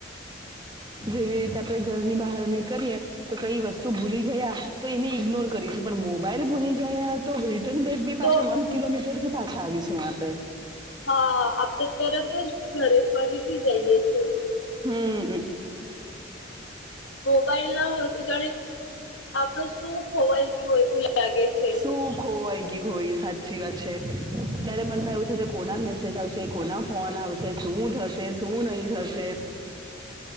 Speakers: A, on the right; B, on the left.
A: જેવી રીતે આપડે ઘરની બહાર નીકળીએ તો કઈ વસ્તુ ભૂલી ગયા તો એને ઇગ્નોર કરીશું. પણ મોબાઈલ ભૂલી ગયા તો રિટર્ન બેગ બી
B: તો
A: પાછા વન કિલોમીટર થી પાછા આવીશ હું આપે.
B: હા આપડે તરત જ ઘરે ફરીથી જઈએ છે.
A: હમ
B: મોબાઈલ ના હોય તો જાણે આપડો શું ખોવાઈ ગયું એવું લાગે છે.
A: શું ખોવાઈ ગઈ હોય સાચી વાત છે. ત્યારે મનમાં એવું થશે કોના મેસેજ આવશે? કોના ફોન આવશે? શું થશે શું નહી થશે?